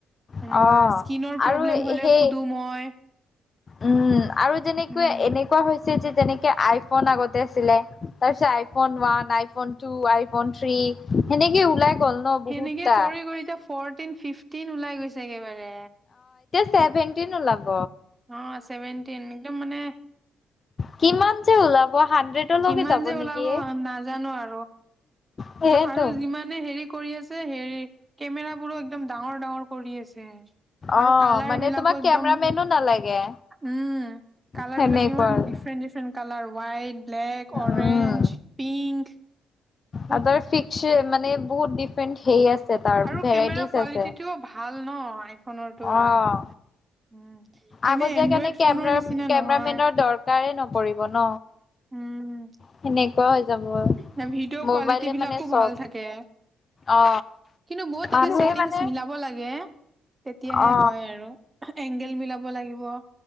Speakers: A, on the right; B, on the left.
A: এনেকুৱা
B: অ',
A: ইচকিনৰ প্ৰব্লেম
B: আৰু
A: হ'লে
B: সেই
A: সুধো মই।
B: উম, আৰু যেনেকুৱা
A: উম
B: এনেকুৱা হৈছে যে, যেনেকে আইফোন আগতে আছিলে তাৰ পিছত iPhone one, iPhone two, iPhone three সেনেকে ওলাই গ'ল ন বহুতটা।
A: সেনেকে কৰি, কৰি এতিয়া ফৰটিন, ফিফটিন ওলাই গৈছে একেবাৰে
B: ছেভেন্টিন ওলাব।
A: অ ছেভেনটিন একদম মানে
B: কিমান যে ওলাব হাণ্ড্ৰেডলৈকে
A: কিমান
B: যাব
A: যে,
B: নেকি
A: ওলাব নাজানো আৰু
B: সেইটো।
A: আৰু যিমানে হেৰি কৰি আছে হেৰি কেমেৰা বোৰো একদম ডাঙৰ, ডাঙৰ কৰি আছে।
B: অ',
A: আৰু কালাৰ
B: মানে
A: বিলাকো
B: তোমাক
A: একদম
B: কেমেৰামেনো নালাগে
A: উম। কালাৰ
B: সেনেকুৱা
A: বিলাক ইমান
B: আৰু
A: different different colour white, black, Orange,
B: um.
A: pink. বহুত
B: আৰু তাৰ ফিক্স মানে বহুত ডিফাৰেণ্ট হেই আছে তাৰ
A: আৰু
B: ভেৰাইটিজ
A: কেমেৰা কোৱালিটিটোও
B: আছে।
A: ভাল ন? আইফোনৰটো
B: অ'।
A: উম,
B: আগত
A: এনে
B: যাই
A: এনড্ৰইড
B: কাৰণে কেমেৰা
A: ফোনৰ নিচিনা
B: কেমেৰামেনৰ
A: নহয়।
B: দৰকাৰে নপৰিব ন
A: উম।
B: সেনেকুৱা হৈ যাব
A: ন ভিডিঅ'
B: মোবাইলে
A: কোৱালিটী বিলাকো
B: মানে চব
A: ভাল থাকে।
B: অ
A: কিন্তু বহুত তাতে
B: মানুহে
A: ছেটিংছ
B: মানে
A: মিলাব লাগে কে তেতিয়াহে
B: অ
A: হয়, আৰু এংগেল মিলাব লাগিব।